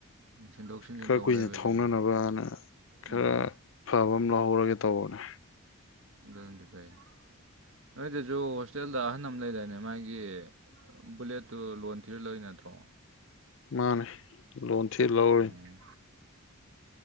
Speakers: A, on the right; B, on the left.
A: ꯁꯤꯟꯗꯣꯛ ꯁꯤꯟꯖꯤꯟ
B: ꯈꯔ
A: ꯇꯧ
B: ꯀꯨꯏꯅ
A: ꯂꯩꯕꯁꯤꯁꯨ
B: ꯊꯧꯅꯅꯕꯅ ꯈꯔ
A: ꯎꯝ
B: ꯐꯕ ꯑꯃ ꯂꯧꯍꯧꯔꯒꯦ ꯇꯧꯕꯅꯦ
A: ꯑꯗꯨꯗꯤ ꯐꯩ ꯅꯣꯏꯗꯁꯨ ꯍꯣꯁꯇꯦꯜꯗ ꯑꯍꯜ ꯑꯃ ꯂꯩꯗꯥꯅꯦ ꯃꯥꯒꯤ ꯕꯨꯂꯦꯠꯇꯨ ꯂꯣꯟ ꯊꯤꯔ ꯂꯣꯏ ꯅꯠꯇ꯭ꯔꯣ
B: ꯃꯥꯅꯦ ꯂꯣꯟꯊꯤ ꯂꯧꯔꯤ
A: ꯎꯝ